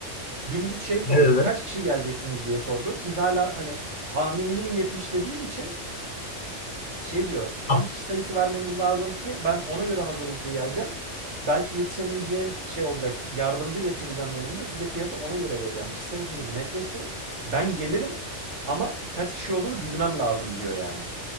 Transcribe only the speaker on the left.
Ne dedi?
Ab-